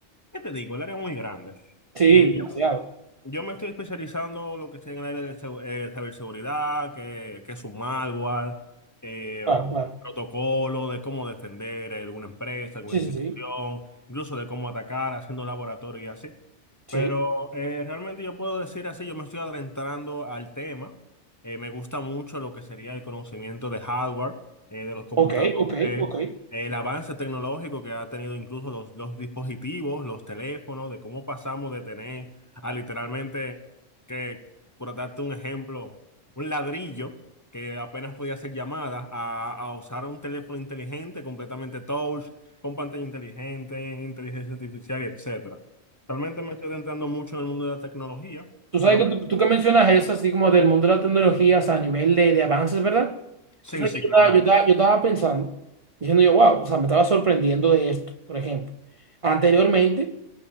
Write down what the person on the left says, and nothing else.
¿qué te digo? El área es muy grande.
Eh,
Yo me estoy especializando en lo que está en el área de segu- eh, ciberseguridad, que, que es un malware, eh,
protocolo de cómo defender alguna empresa, alguna
institución,
incluso de cómo atacar haciendo laboratorio y así.
Pero eh, realmente yo puedo decir así, yo me estoy adentrando al tema. Eh, me gusta mucho lo que sería el conocimiento de hardware, eh, de los computadores,
el avance tecnológico que ha tenido incluso los, los dispositivos, los teléfonos, de cómo pasamos de tener a literalmente que, por darte un ejemplo, un ladrillo que apenas podía hacer llamadas a, a usar un teléfono inteligente, completamente touch, con pantalla inteligente, inteligencia artificial, y etcétera. Realmente me estoy adentrando mucho en el mundo de la tecnología,
pero
me-
sí,
sí,
claro.